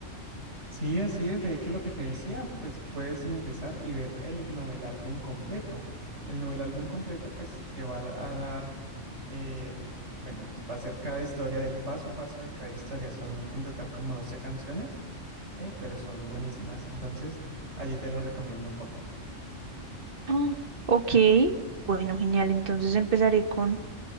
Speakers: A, on the right (about 60°); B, on the right (about 45°).
A: Sí, así es, de hecho lo que te decía, pues puedes ingresar y ver el novel álbum completo. El novel álbum completo pues te va a dar, eh, bueno, va a ser cada historia del paso a paso de cada historia, son en total como doce canciones eh, pero son buenísimas. Entonces, allí te lo recomiendo un poco.
B: Ah, Ok, bueno, genial. Entonces empezaré con,